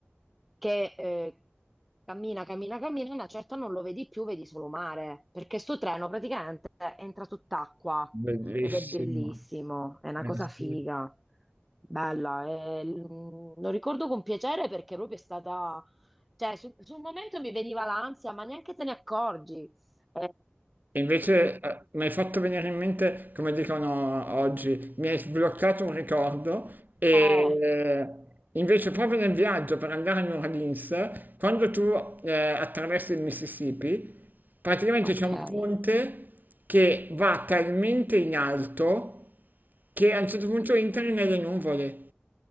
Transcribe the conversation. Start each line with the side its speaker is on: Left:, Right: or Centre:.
Centre: che eh, cammina, cammina, cammina, una certa non lo vedi più, vedi solo mare, perché sto treno praticamente entra sott'acqua
Right: bellissimo.
Centre: ed è bellissimo, è una
Right: Eh
Centre: cosa
Right: sì.
Centre: figa, bella, e, mm, lo ricordo con piacere perché proprio è stata, cioè su- sul momento mi veniva l'ansia, ma neanche te ne accorgi. Eh,
Right: E Invece,
Centre: eh,
Right: eh, mi hai fatto venire in mente, come dicono oggi, mi hai sbloccato un ricordo e
Centre: eh,
Right: eh, invece proprio nel viaggio per andare a New Orleans, quando tu eh, attraversi il Mississippi, praticamente
Centre: ok,
Right: c'è un
Centre: eh,
Right: ponte che va talmente in alto che a un certo punto entri nelle nuvole.